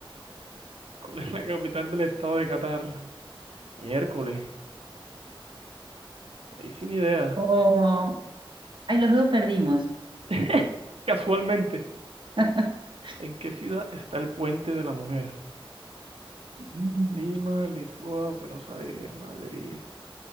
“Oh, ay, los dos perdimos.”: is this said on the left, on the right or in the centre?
Right